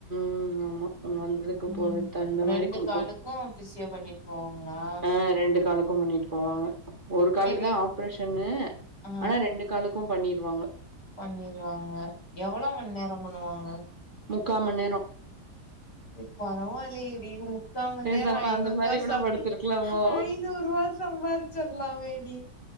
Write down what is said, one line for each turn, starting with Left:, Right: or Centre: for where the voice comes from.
Right: ம் ஆம்மா <unintelligible> வந்ததுக்கு
Left: ம்
Right: போய் தகுந்த
Left: ரெண்டு
Right: மாரி குடுக்கோன்
Left: காலுக்கு பிசியோ பண்ணிட்டு போவாங்களா
Right: அ ரெண்டு காலுக்கு பண்ணிட்டு போவாங்க ஒரு காலுக்குதா
Left: செரி
Right: ஆப்ரேஷன்னு
Left: ஆ
Right: ஆனா ரெண்டு காலு கு பண்ணிருவாங்க
Left: பண்ணிருவாங்க எவளோ மண் நேரோ மண்ணுவாங்க
Right: முக்காம்மண்நேரோ
Left: எ பரவால்லியேடி ம் க்காம் மண்
Right: பேசாம
Left: நேரோ ஐநூறுவா
Right: அந்த மாரி கூட
Left: சம்
Right: படுத்திருக்கலாமோ
Left: ஐநூர்ருவா சம்பாரிச்சர்லாமேடி